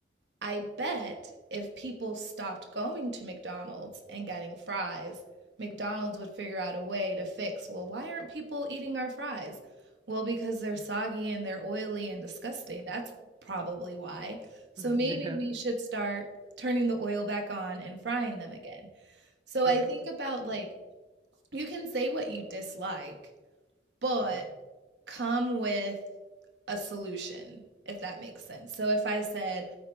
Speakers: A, on the right; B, on the right.
A: I bet if people stopped going to McDonald's and getting fries, McDonald's would figure out a way to fix, well, why aren't people eating our fries? Well, because they're soggy and they're oily and disgusting. That's probably why. So maybe
B: Yeah.
A: we
B: <laughs>
A: should start turning the oil back on and frying them again. So I
B: yeah.
A: think about like, you can say what you dislike, but
B: yeah.
A: come with a solution, if that makes sense. So if I said,